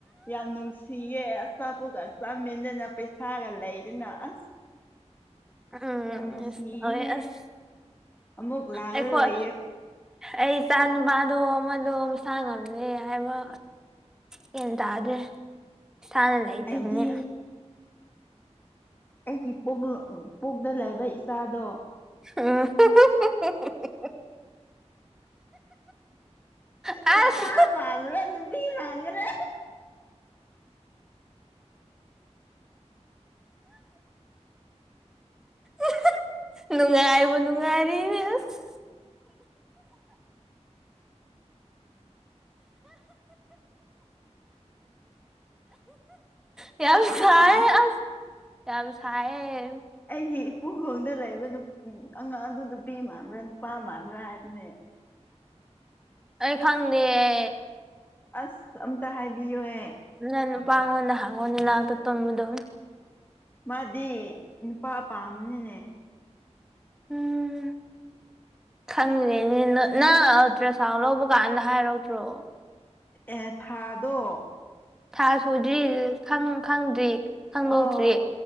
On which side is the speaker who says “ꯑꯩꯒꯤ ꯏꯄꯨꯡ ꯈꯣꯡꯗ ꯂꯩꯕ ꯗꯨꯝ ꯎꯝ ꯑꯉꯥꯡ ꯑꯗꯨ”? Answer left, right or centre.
Left